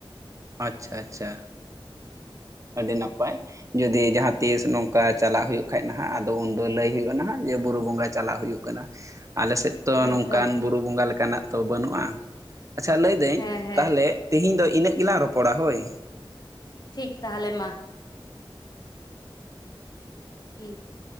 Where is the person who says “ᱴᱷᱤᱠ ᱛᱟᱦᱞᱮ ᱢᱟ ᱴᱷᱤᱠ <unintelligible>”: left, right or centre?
Left